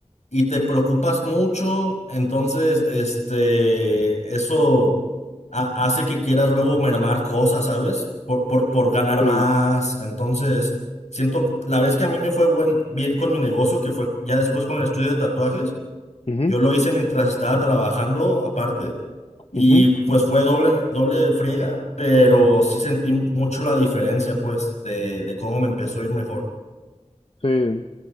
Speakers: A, on the left; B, on the left.
A: y te preocupas mucho, entonces este, eso ha- hace que quieras luego mermar cosas, ¿sabes? Por, por, por ganar
B: ven,
A: más. Entonces, siento, la vez que a mí me fue buen, bien con mi negocio, que fue ya después con el estudio de tatuajes,
B: ujú,
A: yo lo hice mientras estaba trabajando aparte y
B: ujú,
A: pues fue doble, doble friega, pero sí sentí mucho la diferencia pues de, de cómo me empezó a ir mejor.
B: sí.